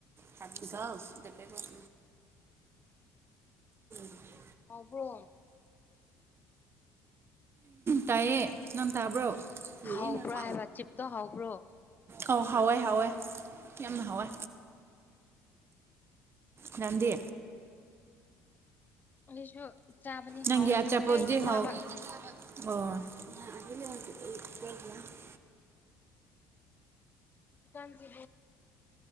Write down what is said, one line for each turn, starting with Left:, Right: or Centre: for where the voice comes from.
Right: ꯆ ꯄꯁ <unintelligible>
Left: ꯍꯥꯎꯕ꯭ꯔꯣ
Right: ꯇꯥꯏꯌꯦ ꯅꯪ ꯇꯥꯕ꯭ꯔꯣ
Left: ꯍꯥꯎꯕ꯭ꯔꯥ
Right: ꯅ ꯀ
Left: ꯍꯥꯏꯕ ꯆꯤꯞꯇꯣ ꯍꯥꯎꯕ꯭ꯔꯣ
Right: ꯑꯧ ꯍꯥꯎꯋꯦ ꯍꯥꯎꯋꯦ ꯌꯥꯝꯅ ꯍꯥꯎꯋꯦ ꯉꯗꯤ
Left: ꯑꯩꯁꯨ ꯆꯥꯕꯅꯤ
Right: ꯅꯪꯒꯤ
Left: ꯍꯥꯎꯋꯦ
Right: ꯑꯆꯥꯄꯣꯠꯗꯤ
Left: ꯂꯣꯏꯔꯦ ꯑꯩꯗꯤ ꯆꯥꯕ
Right: ꯍꯥꯎ ꯑꯣ
Left: ꯀꯁꯤ